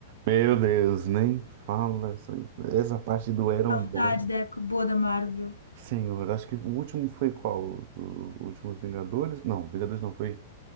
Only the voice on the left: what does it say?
<laughs>
Saudade
da época boa da Marvel.